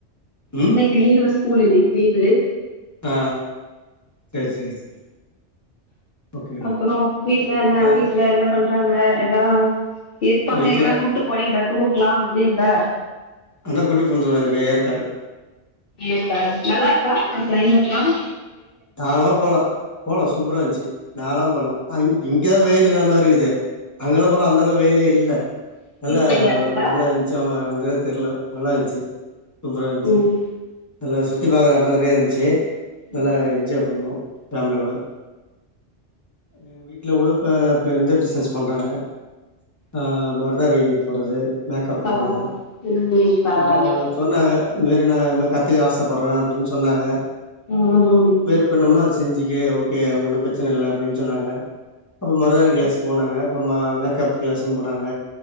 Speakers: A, on the left; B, on the left.
A: ம்
B: இன்னைக்கு லீவு சா ஸ்கூல் இன்னிக்கு லீவு
A: ஆ ஆ சேரி சேரி சேரி ஓகே
B: அப்புறோ வீட்ல என்ன
A: ஆனா
B: வீட்ல என்ன பண்றாங்க எல்லா இருப்பாங்க
A: வீட்ல
B: எங்கனா கூட்டு போனீங்களா டூர்க்கலா லீவ்ல
A: அதா கூட்டி போ சொன்னாங்க ஏற்காடு
B: ஏக்கா நல்லார்க்கா அங்க கிளைமேட்ல்லாம்
A: தாராளமா போலாம் போலாம் சூப்பரா இந்துச்சு தாராளமா போலாம் இங்கதான் வெயிலு காலமா இருக்குது அங்கெல்லாம் போனா அந்த அளவு வெயிலே இல்ல
B: வெயில்
A: நல்லா
B: தெரியாதுல்ல
A: நல்லா இருந்துச்சு ஆம அந்த அளவு தெரியல நல்லா இருந்துச்சு சூப்பரா இருந்துச்சு
B: ம்
A: இதுல சுத்தி பாக்குற இடம் நறைய இருந்துச்சு நல்லா
B: ம்
A: என்ஜாய் பண்ணோ ஃபேமிலியோட எங்க வீட்ல கூட இப்போ இந்த பிஸ்னஸ் பண்றாங்க ஆ மருதாணி போடறது மேக்கப் போடறது
B: பரவால்ல ம் பரவால்ல
A: ஆனா அவங்க சொன்னாங்க இத மாரி நா கத்துக்க ஆசப்படறே அப்டின்னு சொன்னாங்க
B: ம்ம்ம்
A: ப்ப என்னமோ அத செஞ்சுக்க ஓகே எனக்கொன்னு பிரச்னை இல்ல அப்டின் சொன்னாங்க அப்ற மருதாணி கிளாஸ் போனாங்க அப்போ ம மேக்கப் கிளாஸு போனாங்க